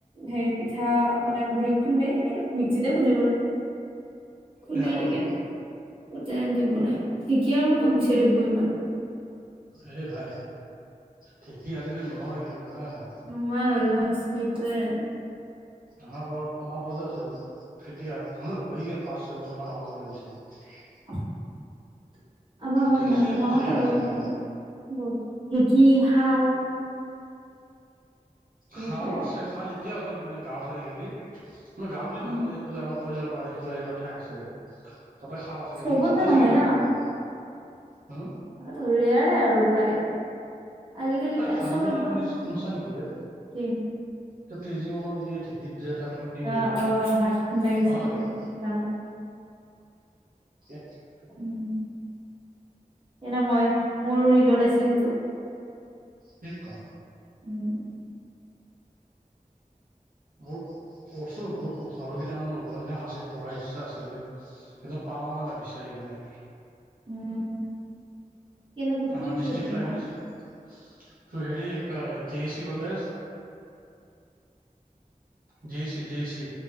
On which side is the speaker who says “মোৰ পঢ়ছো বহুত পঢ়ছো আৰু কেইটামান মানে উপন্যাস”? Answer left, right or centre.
Right